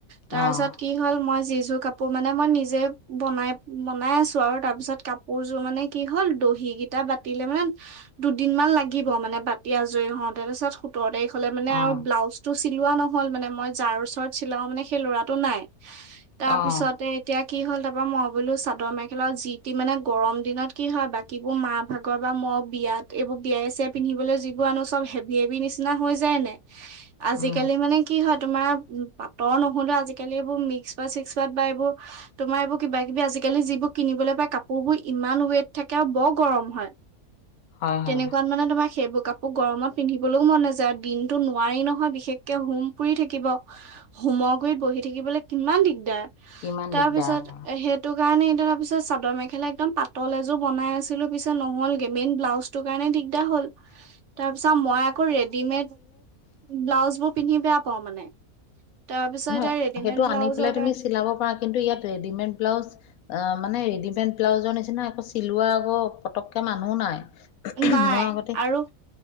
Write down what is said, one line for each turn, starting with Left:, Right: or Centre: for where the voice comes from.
Right: তাৰ
Left: অ'।
Right: পিছত কি হ'ল মই যি যোৰ কাপোৰ মানে মই নিজে বনাই বনাই আছো আৰু তাৰ পিছত কাপোৰযোৰ মানে কি হ'ল দহি কেইটা বাতিলে মানে দুদিন মান লাগিব মানে বাতি আজৰি হওঁ তাৰপিছত সোতৰ তাৰিখ। হলে মানে
Left: অ',
Right: আৰু ব্লাউজটো চিলোৱা নহ'ল মানে মই যাৰ ওচৰত চিলাও মানে সেই ল'ৰাটো নাই। তাৰ
Left: অ',
Right: পিছতে এতিয়া কি হ'ল তাপা মই বোলো চাদৰ মেখেলা যি টি মানে গৰম দিনত কি হয় বাকীবোৰ মাৰ ভাগৰ বা ম বিয়াত এইবোৰ বিয়াই চিয়াই পিন্ধিবলৈ যিবোৰ আনো চব হেভি হেভি নিচিনা হৈ যায় নে নাই। আজিকালি
Left: উম,
Right: মানে কি হয়। তোমাৰ পাতৰ নহলেও আজি কালি এইবোৰ মিক্স বা চিক্স পোৱাত বা এইবোৰ তোমাৰ এইবোৰ। কিবা কিবি আজি কালি যিবোৰ কিনিবলৈ পায় কাপোৰ বোৰ ইমান ওৱেট থাকে আৰু বৰ গৰম হয়।
Left: হয়, হয়,
Right: তেনেকুৱাত মানে তোমাৰ সেইবোৰ। কাপোৰ গৰমত পিন্ধিবলৈও মন নাযায় দিনতো নোৱাৰি নহয় বিশেষকে হোম পুৰি থাকিব হোমৰ গুৰিত বহি থাকিবলৈ কিমান দিগদাৰ।
Left: কিমান
Right: তাৰ
Left: দিগদাৰ
Right: পিছত এ, সেইটো কাৰণে এতি তাৰ পিছত চাদৰ মেখেলা একদম পাতল এযোৰ বনাই আছিলো পিছে নহ'লগে মেইন ব্লাউজটোৰ কাৰণে। হ'ল তাৰ পিছত মই আক ৰেডিমেট ব্লাউছবোৰ পিন্ধি বেয়া পাওঁ মানে। তাৰপিছত
Left: নহয়
Right: এতিয়া ৰেডিমেড
Left: সেইটো
Right: ব্লাউজৰ
Left: আনি পেলাই
Right: কাৰণে
Left: তুমি চিলাব পাৰা কিন্তু ইয়াত ৰেডিমেড। ব্লাউজ অ মানে ৰেডিমেড ব্লাউজৰ নিচিনা আকৌ চিলোৱা আকৌ পতককে মানুহো নাই।
Right: নাই
Left: মই আগতে
Right: আৰু